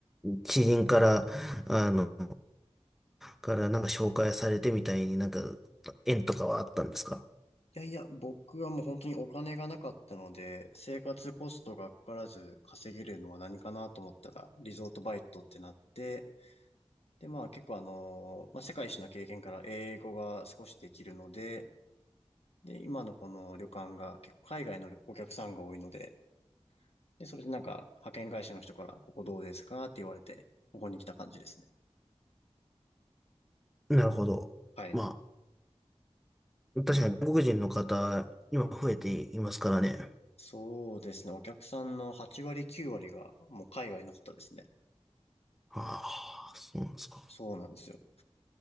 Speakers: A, in the centre; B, on the left.
A: 知人から、あの、から、なんか紹介されてみたいになんか、縁とかはあったんですか
B: いやいや、僕はもう本当にお金がなかったので、生活コストがかからず稼げるのは何かなと思ったら、リゾートバイトってなって、で、まあ結構あの、まあ世界一の経験から英語が少しできるので、で、今のこの旅館が結構海外のお客さんが多いので、で、それでなんか派遣会社の人からここどうですかって言われて、ここに来た感じですね。
A: なるほど。
B: はい。
A: まあ、確かに外国人の方、今増えていますからね。
B: そうですね。お客さんの8割9割がもう海外の方ですね。
A: ああ、そうなんですか。
B: そうなんですよ。